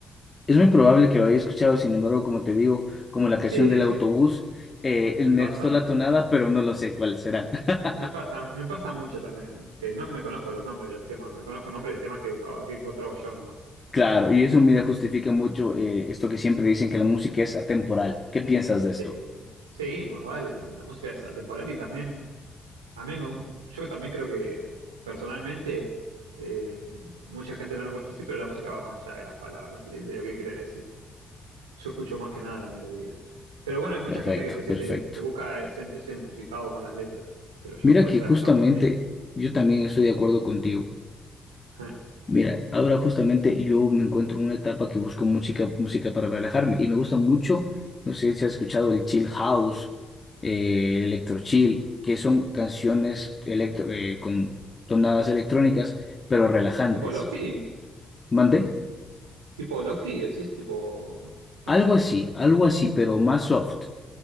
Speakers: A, on the left; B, on the right.
A: Es muy probable que lo haya escuchado, sin embargo, como te digo, como la canción
B: Sí,
A: del
B: sí,
A: autobús, eh,
B: me
A: me
B: pasa.
A: gustó la tonada, pero no lo sé cuál será. <laughs>
B: Me pasa, me pasa mucho también, que no me conozco los nombres de los temas, me conozco nombres de temas que buscaba, que encontraba yo nomás.
A: Claro, y eso, mira, justifica mucho eh, esto que siempre dicen que la música es atemporal. ¿Qué piensas de
B: Sí,
A: esto?
B: sí, más vale, la, la música es atemporal y también, a mí, me- yo también creo que personalmente, eh, mucha gente no lo encuentra así, pero la música va más allá de las palabras, de, de lo que quiere decir. Yo escucho más que nada la melodía. Pero bueno, hay mucha
A: Perfecto,
B: gente que se siente,
A: perfecto.
B: busca sentirse identificado con las letras, pero yo
A: Mira
B: puedo
A: que
B: estar
A: justamente
B: en japonés.
A: yo también estoy de acuerdo contigo.
B: <laughs>
A: Mira, ahora justamente yo me encuentro en una etapa que busco música, música para relajarme y me gusta mucho, no sé si has escuchado el chill house, eh, electro chill, que son canciones electro, eh, con tonadas electrónicas, pero relajantes.
B: ¿Tipo Lofi?
A: ¿Mandé?
B: ¿Tipo Lofi decís? ¿Tipo, conoces?
A: Algo así,
B: eh?
A: algo así, pero más soft.